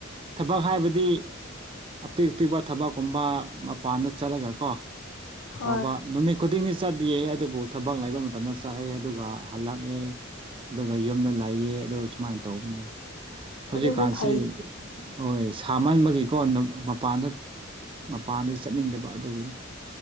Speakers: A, on the right; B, on the left.
A: ꯊꯕꯛ ꯍꯥꯏꯕꯗꯤ ꯑꯄꯤꯛ ꯑꯄꯤꯛꯄ ꯊꯕꯛꯀꯨꯝꯕ ꯃꯄꯥꯟꯗ ꯆꯠꯂꯒ ꯀꯣ
B: ꯍꯣꯏ
A: ꯇꯧꯕ ꯅꯨꯃꯤꯠ ꯈꯨꯗꯤꯡꯗꯤ ꯆꯠꯇꯤꯌꯦ ꯑꯗꯨꯕꯨ ꯊꯕꯛ ꯂꯩꯕ ꯃꯇꯝꯗ ꯆꯠꯂꯦ ꯑꯗꯨꯒ ꯍꯜꯂꯛꯅꯤ ꯑꯗꯨꯒ ꯌꯨꯝꯗ ꯂꯥꯏꯌꯦ ꯑꯗꯨꯒ ꯁꯨꯃꯥꯏ ꯇꯧꯕꯅꯦ ꯍꯧꯖꯤꯛꯀꯥꯟꯁꯤ
B: ꯑꯗꯨꯕꯨ ꯐꯩ
A: ꯍꯣꯏ ꯁꯥꯃꯟꯕꯒꯤꯀꯣ ꯃꯄꯥꯟꯗ ꯃꯄꯥꯟꯗ ꯆꯠꯅꯤꯡꯗꯕ ꯑꯗꯨꯒꯤꯅꯤ